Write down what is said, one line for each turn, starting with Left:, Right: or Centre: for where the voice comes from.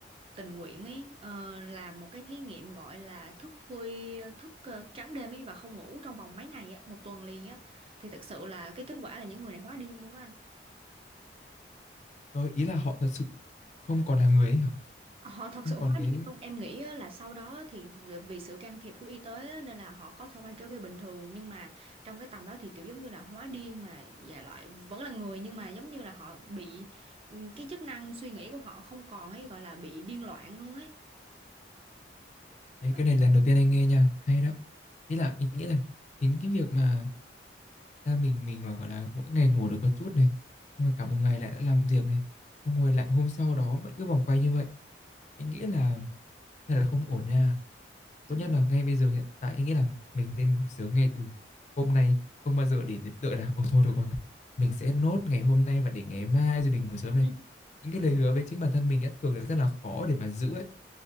Right: tình nguyện ấy ờ, làm một cái thí nghiệm gọi là thức khuya, thức ờ, trắng đêm ấy và không ngủ trong vòng mấy ngày á, một tuần liền á. Thì thực sự là cái kết quả là những người này hóa điên luôn á anh.
Left: Ờ, ý là họ thật sự không còn là người ấy hả?
Right: Họ thật
Left: Không
Right: sự
Left: còn
Right: hóa
Left: cái
Right: điên luôn. Em nghĩ á, là sau đó thì vì vì sự can thiệp của y tế á, nên là họ có thể quay trở về bình thường nhưng mà trong cái tầm đó thì kiểu giống như là hóa điên mà dạ loại vẫn là người nhưng mà giống như là họ bị ừ, cái chức năng suy nghĩ của họ không còn ấy gọi là bị điên loạn luôn ấy.
Left: đấy
Right: Rồi,
Left: cái này lần đầu tiên anh nghe nha, hay đó. Ý là anh nghĩ là chính cái việc mà ra mình mình mà gọi là mỗi ngày ngủ được có chút này, xong rồi cả một ngày lại đã làm việc này, xong rồi lại hôm sau đó vẫn cứ vòng quay như vậy. Anh nghĩ là hay là không ổn nha. Tốt
Right: đúng
Left: nhất
Right: rồi.
Left: là ngay bây giờ hiện tại anh nghĩ là mình nên ngủ sớm ngay từ hôm nay, không bao giờ để đến đợi là ồ thôi được rồi. Mình sẽ nốt ngày hôm nay và để ngày mai rồi mình ngủ sớm
Right: <laughs>
Left: này. Những cái
Right: Đúng.
Left: lời hứa với chính bản thân mình đã thường là rất
Right: rồi.
Left: là khó để mà giữ ấy